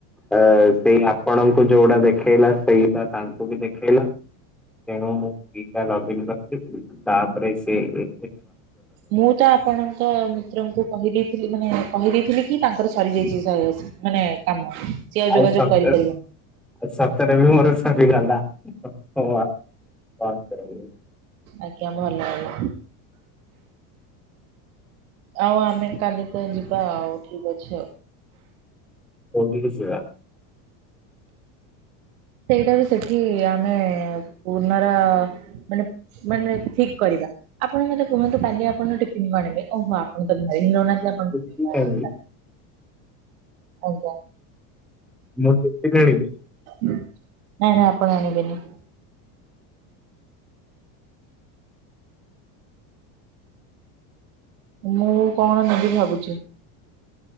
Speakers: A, in the centre; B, on the right.
A: ଆ ସେଇ ଆପଣଙ୍କୁ ଯଉଟା ଦେଖେଇଲା ସେଇଟା ତାଙ୍କୁ ବି ଦେଖେଇଲା। ତେଣୁ ମୁଁ <unintelligible> ଲଗଇନ କରିଥିଲି ତାପରେ ସେ ଏ
B: ମୁଁ ତ ଆପଣଙ୍କ ମିତ୍ରଙ୍କୁ କହିଦେଇଥିଲି ମାନେ କହିଦେଇଥିଲି କି ତାଙ୍କର ସରିଯାଇଛି ଶହେ ଅଶି ମାନେ କାମ। ସିଏ
A: ଆଉ
B: ଯୋଗାଯୋଗ
A: ସତେ
B: କରିପାରିବନି
A: ଆଉ ସତରେ ବି ମୋର ସରିଗଲା ହଁ ବା କଣ କରିବି।
B: ଆଜ୍ଞା ଭଲ ହେଲା। ଆଉ ଆମେ କାଲି ତ ଯିବା ଆଉ ଠିକ ଅଛି ଆଉ।
A: କଉଠିକି କି ଯିବା?
B: ସେଇଟା ବି ସେଠି ଆମେ ପୁନର ମାନେ ମାନେ ଠିକ କରିବା। ଆପଣ ମତେ କୁହନ୍ତୁ କାଲି ଆପଣ ଯଉ ଟିଫିନ ଆଣିଲେ ଓହୋ ଆପଣ ତ <unintelligible>
A: <unintelligible>
B: ଆଣିବେ? ଆଜ୍ଞା।
A: ମୁ ଟିଫିନ ଆଣିବି।
B: ନାଇଁ ନାଇଁ ଆପଣ ଆଣିବେନି। ମୁଁ କଣ ନେବି ଭାବୁଚି।